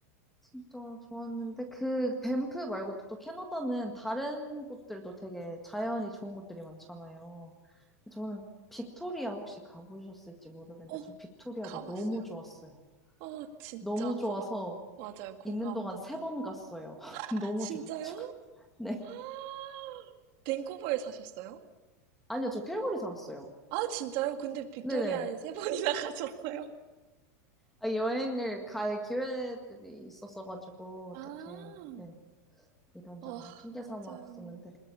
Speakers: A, in the centre; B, on the right (about 50°).
A: 진짜 좋았는데, 그 밴프 말고도 또 캐나다는 다른 곳들도 되게 자연이 좋은 곳들이 많잖아요. 저는 빅토리아 혹시 가보셨을지 모르겠는데,
B: 어,
A: 전 빅토리아도
B: 가봤어요.
A: 너무 좋았어요.
B: 어, 진짜
A: 너무 좋아서
B: 거기 맞아요. 공감합니다.
A: 있는 동안 세 번 갔어요. <laughs>
B: <laughs>
A: 너무
B: 진짜요?
A: 좋아가지고. 네.
B: <gasps> 밴쿠버에 사셨어요?
A: 아니요, 저 캘거리 살았어요.
B: 아, 진짜요? 근데 빅토리아에
A: 네네.
B: 3 번이나 <laughs> 가셨어요?
A: 아, 여행을 갈 기회들이 있었어가지고,
B: 아,
A: 어떻게, 네, 이런저런
B: 아,
A: 핑계
B: 맞아요.
A: 삼아 갔었는데,